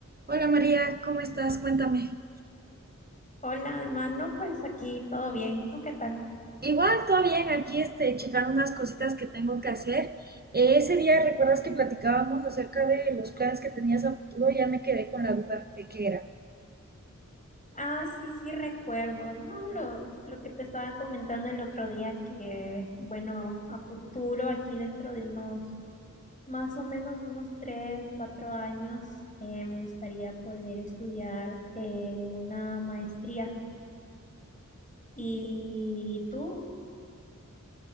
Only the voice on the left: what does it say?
Hola, Alma. No, pues aquí todo bien. ¿Y tú qué tal?
Ah, sí, sí, recuerdo. No, lo, lo que te estaba comentando el otro día, que bueno, a futuro, aquí dentro de unos, más o menos unos tres, cuatro años, eh, me gustaría poder estudiar eh, una maestría. ¿Y tú?